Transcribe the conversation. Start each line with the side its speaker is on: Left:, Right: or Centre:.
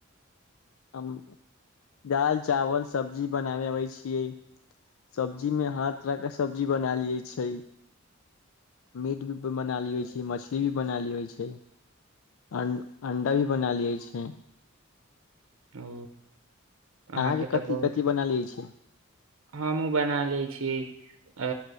Left: हम दालि चावल सब्जी बनाबै अबै छियै सब्जीमे हर तरहके सब्जी बना लैत छी मीट भी बना लैत छी मछली भी बना लैत छी अन अण्डा भी बना लै छी
Right: ओ अहाँ
Left: अहाँके
Right: के
Left: कथि
Right: तऽ बहुत
Left: कथि बना लेइत छी
Right: हमहूँ बना लैत छी अ